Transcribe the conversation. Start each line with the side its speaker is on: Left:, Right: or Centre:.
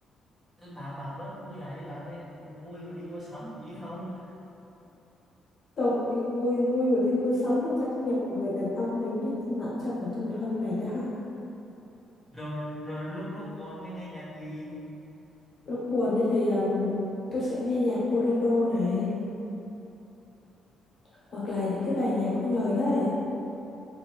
Right: tôi bà bà bớt vui lại đi bà ơi. vui mà đi mua sắm cũng đi không
Left: Tôi mà đi vui vui mà đi mua sắm thì chắc nhiều người đàn ông nếu như nặng trong của tôi thì hơi mệt đấy ha.
Right: rồi rồi lúc lúc buồn hay nghe nhạc gì
Left: Lúc buồn ấy thì ừm, tôi sẽ nghe nhạc bolero này hoặc là những cái bài nhạc không lời đấy.